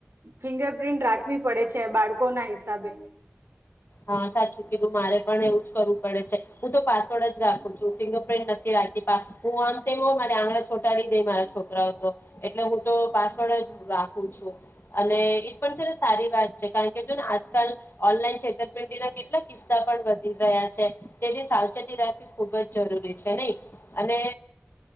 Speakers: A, on the right; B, on the left.
A: ફિંગર પ્રિન્ટ રાખવી પડે છે બાળકો ના હિસાબે
B: હા સાચું કીું મારે પણ એવું જ કરવું પડે છે હું તો પાસવર્ડ જ રાખું છું ફિંગરપિન્ટ નથી રાખી હું અંતમ મારે આંગણા છોટાડી દઈ મારા છોકરા હતો એટલે હું તો પાસવર્ડ જ રાખું છું અને એ પણ છે ને સારી વાત છે કારણ કે જો ને આજકાલ ઓનલાઈન કષે કેટલા કિસ્સા પણ વધી રહ્યા છે તેની સાવચેતી રાખવી ખુબ જ જરૂરી છે નહી અને